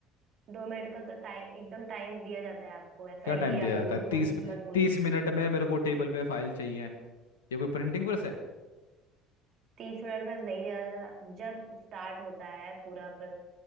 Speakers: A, on the right; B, on the left.
A: दो मिनट का तो टाइम एकदम टाइम दिया जाता है आपको ऐसा
B: क्या
A: ये
B: टाइम दिया
A: आप
B: जाता
A: झूठ
B: है तीस
A: बोल मत बोलिए
B: तीस मिनट में मेरे को टेबल पे फाइल चाहिए ये कोई प्रिंटिंग प्रेस है
A: तीस मिनट में नहीं ज्यादा जब स्टार्ट होता है पूरा प्र,